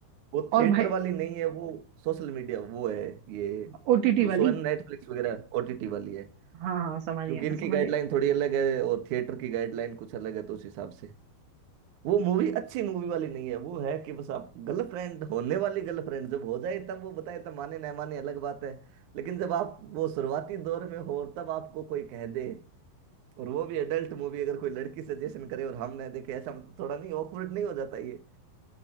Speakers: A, on the right (about 65°); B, on the right (about 85°).
A: वो
B: और
A: थिएटर
B: भाई
A: वाली नहीं है वो सोशल मीडिया वो है ये
B: ओटीटी
A: जो शो
B: वाली
A: है नेटफ्लिक्स वगैरह ओटीटी वाली है
B: हाँ हाँ समझ
A: क्योंकि
B: गया मैं
A: इनकी
B: समझ
A: गाइडलाइन
B: गया
A: थोड़ी अलग है और थिएटर की गाइडलाइन कुछ अलग है तो उस हिसाब से वो मूवी अच्छी मूवी वाली नहीं है वो है कि बस आप गर्लफ्रेंड होने वाली गर्लफ्रेंड जब हो जाए तब वो बताए तब माने ना माने अलग बात है लेकिन जब आप वो शुरुआती दौर में हो और तब आपको कोई कह दे और वो भी एडल्ट मूवी अगर कोई लड़की सजेशन करे और हम ना देखे ऐसा मतलब थोड़ा नहीं ऑकवर्ड नहीं हो जाता ये